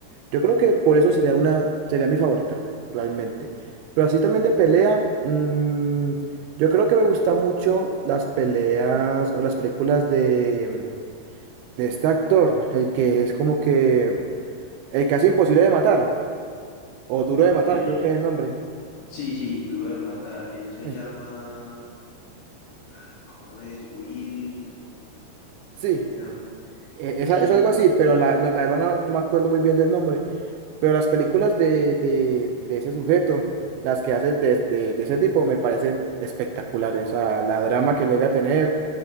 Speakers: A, on the right (about 85°); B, on the left (about 80°).
A: Yo creo que por eso sería una, sería mi favorita, realmente. Pero así también de pelea. mm, yo creo que me gustan mucho las peleas o las películas de, mm, de este actor, el que es como que mm, el que hace imposible de matar, o duro de matar,
B: Eh,
A: creo que es el nombre.
B: sí, sí, Duro de Matar. Él se
A: Eh,
B: llama... Ay, ¿cómo es? Will...
A: Sí,
B: Él se llama-
A: e- es,
B: Sí.
A: a- es algo así, pero la, no- la verdad no, no me acuerdo muy bien del nombre. Pero las películas de, de, de ese sujeto, las que hace de, de, de ese tipo, me parecen espectaculares. O sea, la drama que llega a tener.